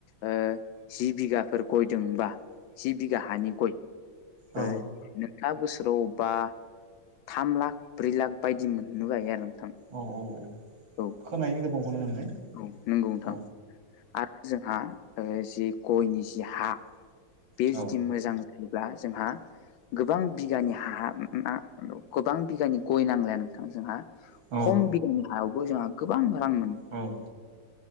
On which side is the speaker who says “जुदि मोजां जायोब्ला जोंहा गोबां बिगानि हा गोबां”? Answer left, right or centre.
Left